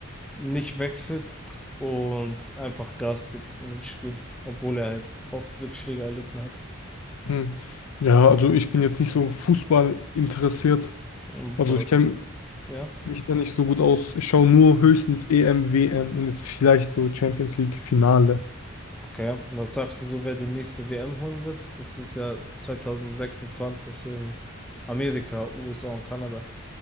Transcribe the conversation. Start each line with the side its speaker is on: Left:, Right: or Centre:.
Centre: nicht wechselt und einfach Gas gibt in den Spielen, obwohl er halt oft Rückschläge erlitten hat.
Left: Hm. Ja, also ich bin jetzt nicht so Fußball interessiert.
Centre: Und
Left: Also
Centre: Was?
Left: ich kenne
Centre: Ja.
Left: mich da nicht so gut aus. Ich schaue nur höchstens EM, WM und jetzt vielleicht so Champions League Finale.
Centre: Okay. Was sagst du so, wer die nächste WM holen wird? Das ist ja 2026 in Amerika, USA und Kanada.